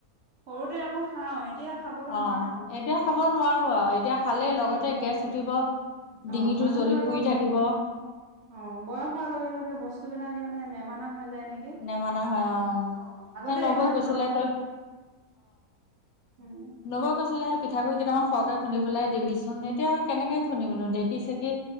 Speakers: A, on the right; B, on the left.
A: সৰুতে আকৌ। খাওঁ এতিয়া খাবলৈ
B: অ
A: নোৱাৰা
B: এতিয়া খাব নোৱাৰো আৰু। এতিয়া খালেই লগতে
A: অ
B: গেছ উঠিব ডিঙিটো
A: মানুহবিলাকৰ
B: জ্বলি পুৰি
A: অ বয়স।
B: থাকিব
A: খোৱাৰ লগে-লগে বস্তুবিলাকে মানে নেমানা হয়। নেকি
B: নেমানা হয় অ
A: অ আগতে
B: এ নবৌ
A: ইমান
B: কৈছিলে
A: খাওঁ।
B: তই
A: উম
B: নব কৈছিলে হে প। পিঠাগুৰি কেইটামান সৰহকে খুন্দি পেলাই দিবিচোন এতিয়া কেনেকে খুন্দবিনো ঢেঁকী চেকি।